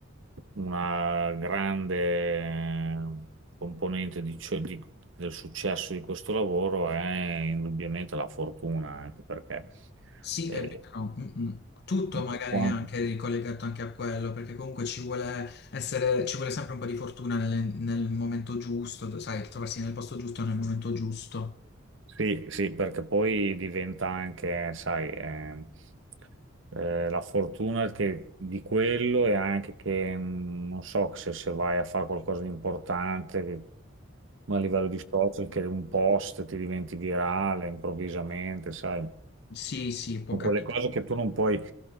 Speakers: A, on the right; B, on the left.
A: una grande eh, componente di ciò- di- del successo di questo lavoro è indubbiamente la fortuna, anche perché
B: sì,
A: eh,
B: è vero, mm, mm. Tutto magari
A: per quanto
B: è anche ricollegato anche a quello, perché comunque ci vuole essere, ci vuole sempre un po' di fortuna nelle- nel momento giusto, sai, trovarsi nel posto giusto nel momento giusto.
A: Sì, sì, perché poi diventa anche, sai, ehm, eh, la fortuna che- di quello e anche che, mh, non so, se, se vai a fare qualcosa di importante, che- ma a livello di social, che un post ti diventi virale improvvisamente, sai,
B: Sì, sì, può
A: Sono
B: capitare.
A: quelle cose che tu non puoi,